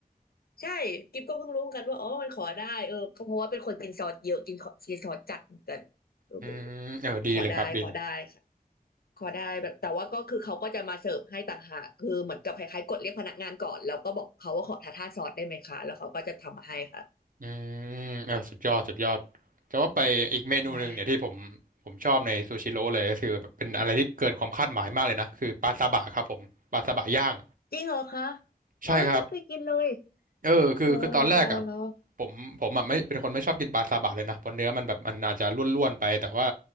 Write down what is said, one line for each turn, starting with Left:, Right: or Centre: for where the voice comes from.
Left: ใช่กิฟก็เพิ่งรู้เหมือนกันว่าอ๋อมันขอได้เออก็เพราะว่าเป็นคนกินซอสเยอะกินขอกินซอสจัดเหมือนกันเออ
Right: อืมเออดีเลยครับดีเลย
Left: ขอได้ขอได้ค่ะขอได้แบบแต่ว่าก็คือเขาก็จะมาเสิร์ฟให้ต่างหากคือเหมือนกับคล้ายๆกดเรียกพนักงานก่อนแล้วก็บอกเขาว่าขอทาทาซอสได้ไหมคะแล้วเขาก็จะทำมาให้ค่ะ
Right: อืมเออสุดยอดสุดยอดจะว่าไปอีกเมนูหนึ่งเนี่ยที่ผมผมชอบในซูชิโร่เลยก็คือแบบเป็นอะไรที่เกินความคาดหมายมากเลยนะคือปลาซาบะครับผมปลาซาบะย่าง
Left: ฮะจริงเหรอคะ
Right: ใช่ครับ
Left: โอ้ยไม่เคยกินเลย
Right: เออคือคือตอนแรกอ่ะ
Left: รอรอรอรอ
Right: ผมผมอ่ะไม่เป็นคนไม่ชอบกินปลาซาบะเลยนะเพราะเนื้อมันแบบมันอาจจะร่วนๆไปแต่ว่า